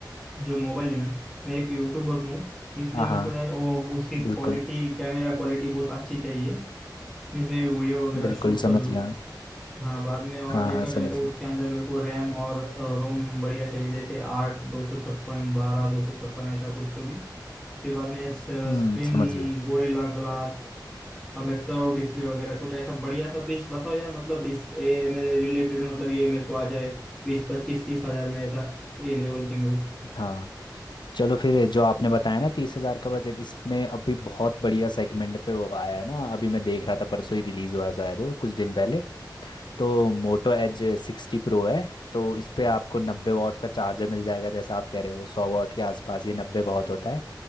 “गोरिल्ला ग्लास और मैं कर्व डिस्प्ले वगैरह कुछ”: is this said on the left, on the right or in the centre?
Centre